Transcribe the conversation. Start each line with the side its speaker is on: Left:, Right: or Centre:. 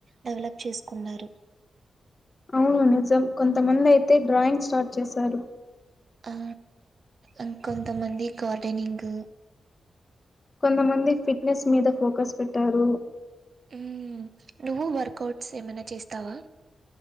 Right: డెవలప్ చేసుకున్నారు
Left: అవును నిజం కొంతమంది అయితే డ్రాయింగ్ స్టార్ట్ చేశారు
Right: ఆ ఇంకొంతమంది గార్డెనింగ్
Left: కొంతమంది ఫిట్నెస్ మీద ఫోకస్ పెట్టారు
Right: ఉమ్ నువ్వు వర్కౌట్స్ ఏమైనా చేస్తావా